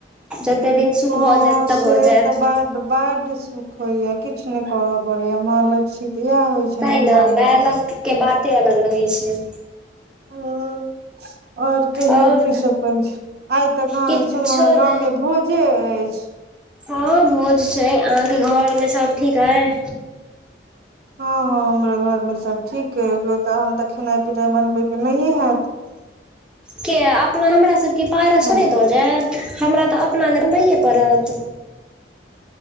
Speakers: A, in the centre; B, on the right.
A: एते दिन सुख
B: हँ
A: भऽ जाएत तऽ
B: से
A: भऽ जाएत
B: तऽ बड बड सुख होइया किछ नै करय पड़ैया मां लग छी तऽ इहए होइ छै
A: तैं
B: नैहरा
A: ने
B: मे
A: माय लग के बाते अलग रहै छय
B: हँ आओर कहियो
A: आओर
B: कि सब करय छी आइ त कहाँदिन
A: किछो
B: सुनलौं हेँ गाम
A: नै
B: मे भोजे अछि
A: हँ भोज छै अहाँके घरमे सब ठीक आय
B: हँ हँ हमरो घरमे सब ठीक अय तहन तऽ खेनाइ पिनाइ बनबैके नहिए हैत
A: किया अपना हमरा सबके पारस
B: हेलो
A: थोड़े दऽ जाएत हमरा तऽ अपना लए बनबैए पड़त